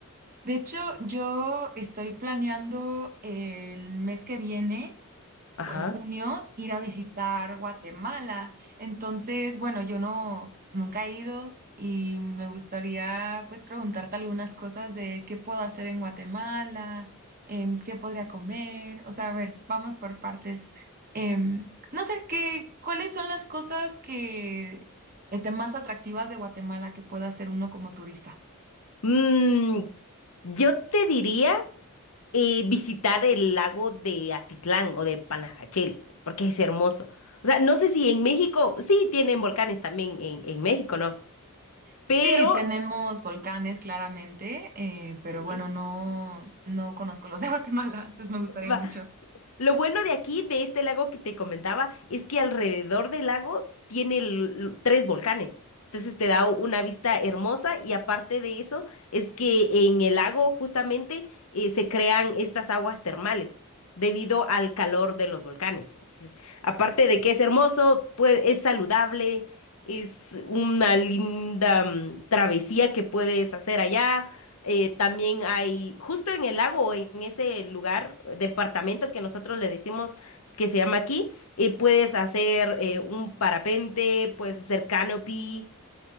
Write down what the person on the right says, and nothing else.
de hecho, yo estoy planeando el mes que viene. fue
en junio ir a visitar Guatemala. Entonces, bueno, yo no, pues, nunca he ido y me gustaría pues preguntarte algunas cosas de qué puedo hacer en Guatemala, em, qué podría comer. O sea, a ver, vamos por partes. Em, no sé, qué, ¿cuáles son las cosas que estén más atractivas de Guatemala que pueda hacer uno como turista?
Sí,
tenemos volcanes claramente, eh, pero
bueno, no, no conozco los de <laughs> Guatemala, entonces me gustaría
mucho.